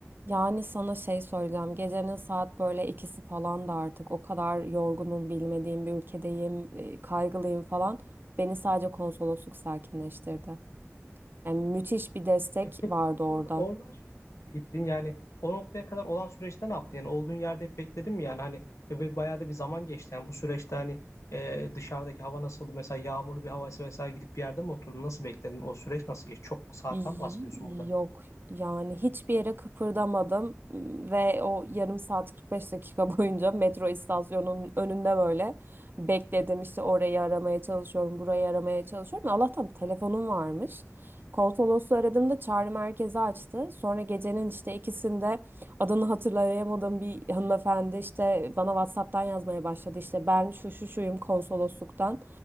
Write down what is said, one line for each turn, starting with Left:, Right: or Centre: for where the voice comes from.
Right: yani sana şey söyleyeceğim. Gecenin saat böyle ikisi falan da artık o kadar yorgunum bilmediğim bir ülkedeyim e, kaygılıyım falan. Beni sadece konsolosluk sakinleştirdi. Yani müthiş bir destek
Left: E peki
Right: vardı
Left: orada,
Right: orada.
Left: oradan şeye nasıl gittin? Yani o noktaya kadar olan süreçte ne yaptın? Yani olduğun yerde hep bekledin mi? Yani hani ve bayağı da bir zaman geçti. Yani bu süreçte hani e, dışarıdaki hava nasıldı? Mesela yağmurlu bir havaysa vesaire gidip bir yerde mi oturdun? Nasıl bekledin? O süreç nasıl geçti? Çok saatten
Right: Y-
Left: bahsediyorsun burada.
Right: Yok yani hiçbir yere kıpırdamadım ve o yarım saat 45 dakika <laughs> boyunca metro istasyonunun önünde böyle bekledim işte orayı aramaya çalışıyorum burayı aramaya çalışıyorum Allah'tan telefonum varmış konsolosu aradığımda çağrı merkezi açtı sonra gecenin işte ikisinde adını hatırlayamadığım bir hanımefendi işte bana WhatsApp'tan yazmaya başladı işte ben şu şu şuyum konsolosluktan